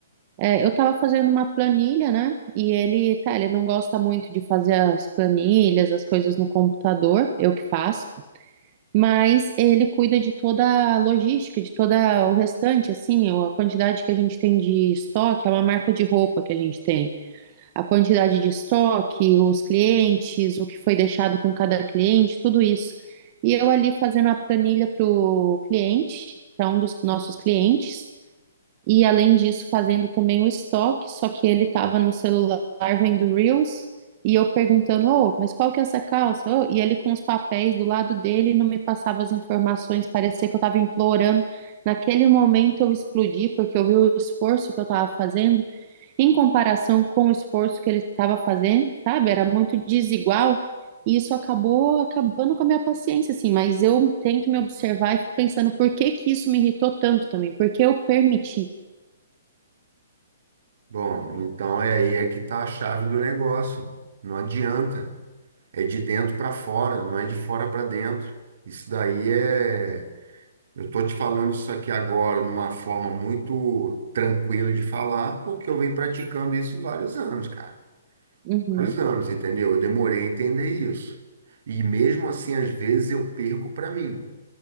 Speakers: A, on the right; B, on the right.
A: é, eu tava fazendo uma planilha, né? E ele, tá, ele não gosta muito de fazer as planilhas, as coisas no computador, eu que faço mas ele cuida de toda a logística, de toda o restante, assim, a quantidade que a gente tem de estoque, é uma marca de roupa que a gente tem. A quantidade de estoque, os clientes, o que foi deixado com cada cliente, tudo isso. E eu ali fazendo a planilha para o cliente, para um dos nossos clientes. E além disso, fazendo também o estoque, só que ele estava no celular vendo Reels e eu perguntando, oh, mas qual que é essa calça? Ô, e ele com os papéis do lado dele não me passava as informações, parecia que eu estava implorando. Naquele momento eu explodi porque eu vi o esforço que eu estava fazendo em comparação com o esforço que ele estava fazendo, sabe? Era muito desigual. E isso acabou acabando com a minha paciência, assim, mas eu tento me observar e fico pensando por que que isso me irritou tanto também, porque eu permiti.
B: Bom, então é aí é que tá a chave do negócio. Não adianta. É de dentro para fora, não é de fora para dentro. Isso daí é. Eu tô te falando isso aqui agora numa forma muito tranquila de falar, porque eu venho praticando isso vários anos, cara.
A: Uhum,
B: vários anos, entendeu? Eu demorei a entender isso. E mesmo assim, às vezes eu perco para mim.